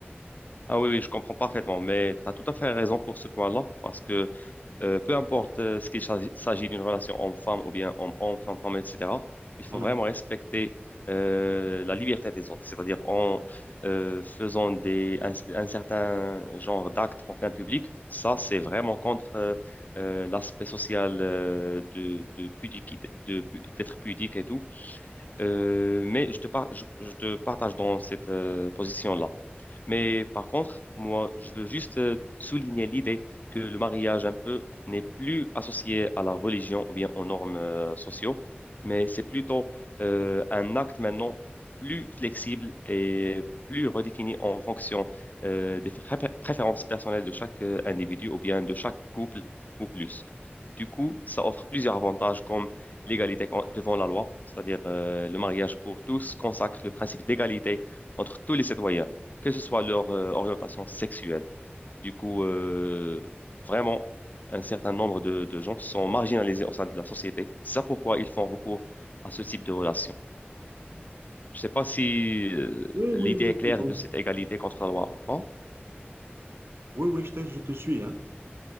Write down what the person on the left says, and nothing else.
Ah oui, oui, je comprends parfaitement, mais tu as tout à fait raison pour ce point-là, parce que Euh, peu importe euh, ce qu'il s'agit s'agit d'une relation homme-femme ou bien homme-homme, femme-femme, etc., il faut
vraiment respecter euh, la liberté des autres, c'est-à-dire en euh, faisant des, un, un certain genre d'actes en plein public. Ça, c'est vraiment contre euh, euh, l'aspect social euh, de, de pudiquité- de pu- d'être pudique et tout. Euh, mais je te, par- je, je te partage dans cette euh, position-là. Mais par contre, moi, je veux juste euh, souligner l'idée que le mariage un peu n'est plus associé à la religion ou bien aux normes euh, sociaux, mais c'est plutôt euh, un acte maintenant plus flexible et plus redéfini en fonction euh, des pré- préférences personnelles de chaque euh, individu ou bien de chaque couple ou plus. Du coup, ça offre plusieurs avantages comme l'égalité con- devant la loi, c'est-à-dire euh, le mariage pour tous consacre le principe d'égalité entre tous les citoyens que ce soit leur euh, orientation sexuelle. Du coup, euh, vraiment, un certain nombre de, de gens sont marginalisés au sein de la société. C'est ça pourquoi ils font recours à ce type de relation. Je ne sais pas si euh,
l'idée
est
claire
de cette égalité contre la loi ou pas.